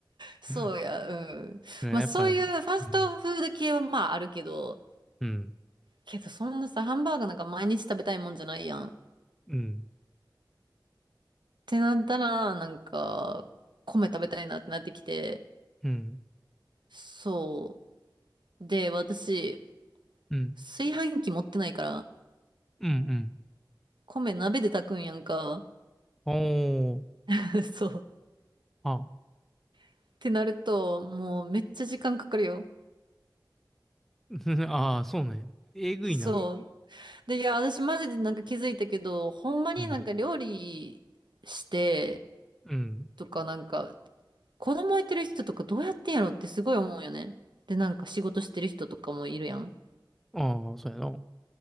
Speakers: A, on the right; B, in the centre.
A: そうや、
B: <laughs>
A: うん。
B: ねやっぱ、
A: まあそういうファストフード系はまああるけど、
B: うん。うん。
A: けどそんなさ、ハンバーガーなんか毎日食べたいもんじゃないやん。っ
B: うん。
A: てなったら、なんか、米食べたいなってなってきて、
B: うん。
A: そう。で、私、
B: うん。
A: 炊飯器持ってないから、
B: うん。うん
A: 米鍋で炊くんやんか。
B: おお。
A: <laughs> そう。
B: あ。
A: ってなると、もうめっちゃ時間かかるよ。
B: <laughs> ああ、そうなんや。えぐいな。
A: そう。で、いや、私マジでなんか気づいたけど、ほんまになんか料理して
B: うん。うん。
A: とかなんか、子供いてる人とかどうやってんやろってすごい思うよね。で、なんか仕事してる人とかもいるやん。
B: ああ、そうやな。